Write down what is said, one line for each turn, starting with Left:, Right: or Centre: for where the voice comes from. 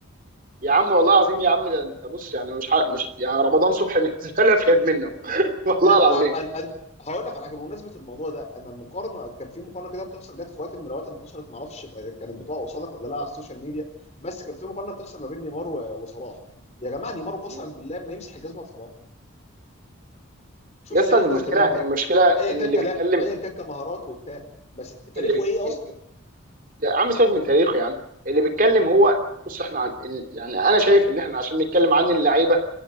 Right: يا عم والله العظيم يا عم ده انت بص يعني مش ح... مش يعني رمضان صبحي <laughs> بالنسبه لي افيد منه <laughs> والله
Left: لا
Right: العظيم
Left: انا انا هقول لك على حاجه بمناسبه الموضوع ده انا المقارنه كان في مقارنه كده بتحصل جت في وقت من الاوقات انتشرت ما اعرفش كانت بتقع قصادك ولا لا على السوشيال ميديا بس كان في مقارنه بتحصل ما بين نيمار و- وصلاح يا جماعه نيمار قسما
Right: مم.
Left: بالله ما يمسح الجزمه لصلاح شوف
Right: يا اسطى
Left: تاريخ
Right: المشكله
Left: ده وتاريخ
Right: المشكله
Left: ده ايا
Right: ان
Left: كان
Right: اللي
Left: كلا
Right: بيتكلم
Left: ايا كان كمهارات وبتاع بس تاريخه
Right: اللي بيك...
Left: ايه
Right: اللي
Left: اصلا
Right: بيك... يا عم سيبك من تاريخه يا عم اللي بيتكلم هو بص احنا عن... يعني انا شايف ان احنا عشان نتكلم عن اللعيبه